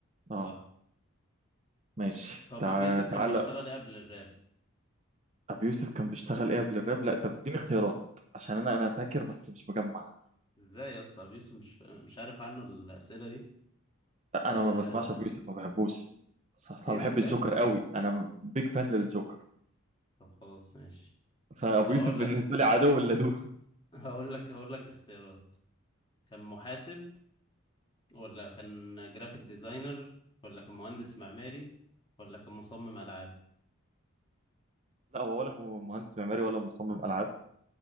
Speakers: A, on the left; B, on the right.
A: صح
B: اه ماشي
A: طب
B: تع...
A: ابو يوسف كان
B: تعالى
A: بيشتغل إيه قبل الراب
B: ابي يوسف كان بيشتغل ايه قبل الراب لا طب اديني اختيارات عشان انا انا فاكر بس مش مجمع
A: ازاي يا اسطى ابو يوسف مش مش عارف عنه الاسئله دي
B: لا
A: آه...
B: انا ما بسمعش ابو يوسف ما بحبوش بس اصلا
A: ايه
B: بحب
A: ده بجد
B: الجوكر قوي انا بيج فان للجوكر
A: طب خلاص ماشي
B: فابو
A: طب اقول
B: يوسف بالنسبه
A: لك
B: لي عدو اللدود
A: <laughs> هقول لك هقول لك اختيارات كان محاسب ولا كان جرافيك ديزاينر ولا كان مهندس معماري ولا كان مصمم العاب
B: <laughs> لا هو ولا م- مهندس معماري ولا مصمم العاب